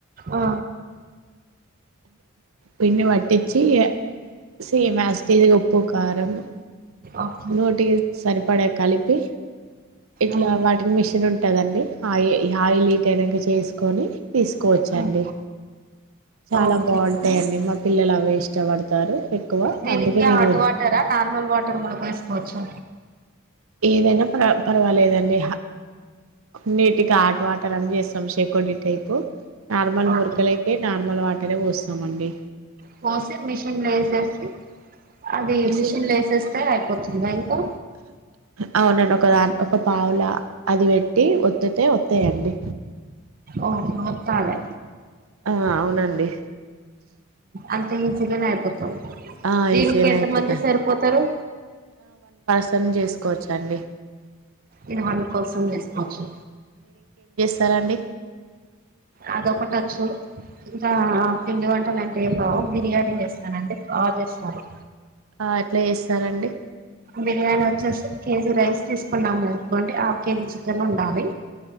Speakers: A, on the right; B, on the right.
A: ఆ
B: పిండి పట్టించి ఇగ సేమ్ ఆస్ టీస్ గ ఉప్పు కారము
A: ఓకే
B: నోటికి సరిపడే కలిపి ఇట్లా
A: ఉమ్,
B: వాటికి మిషిన్ ఉంటదండి ఆయి ఈ ఆయిల్ ఈట్ అయినంక చేసుకొని తీసుకోవచ్చండి
A: ఉమ్,
B: చాలా
A: ఓకే
B: బాగుంటాయండి పిల్లలు అవే ఇష్టపడతారు ఎక్కువ
A: నేనిత్య
B: అందుకే నేను
A: హాట్ వాటర్ నార్మల్ వాటర్ మన బస్ ఒచ్చు
B: ఏదైనా ప పర్వాలేదండి నీటికి ఆట్ వాటర్ అవి చేస్తాం శకోడి టైపు నార్మల్
A: ఓకే
B: మురుకులకి నార్మల్ వాటరే పోస్తామ అండి
A: పోసి మిషన్ల వేసేసి అది
B: మిషన్
A: మిషన్ల వేసేస్తే అయిపోతుందా ఇంకా
B: అవునండి ఒక దాని ఒక పావుల అది పెట్టి ఒత్తితే ఒతయండి
A: ఓకే ఒత్తలే
B: ఆ అవునండి
A: అంత్ మంచిగానే అయిపోతుంది
B: ఆ
A: దీనికి
B: ఈజీగానే
A: ఎంత
B: అయిపోతాయి
A: మంది సరిపోతరు
B: అసం చేసుకోవచ్చండి
A: ఇది మన కోసం చేసుకోవచ్చు
B: రా అండి
A: అదొకటొచ్చు ఇంకా పిండి వంటలు అంటే ఏమి రావు బిర్యానీ చేస్తానండి బాగా చేస్తారు
B: ఆ ఎట్లా చేస్తారండి
A: బిర్యానీ వచ్చేసి కేజి రైస్ తీసుకున్నాం అనుకోండి హాఫ్ కేజి చికెన్ ఉండాలి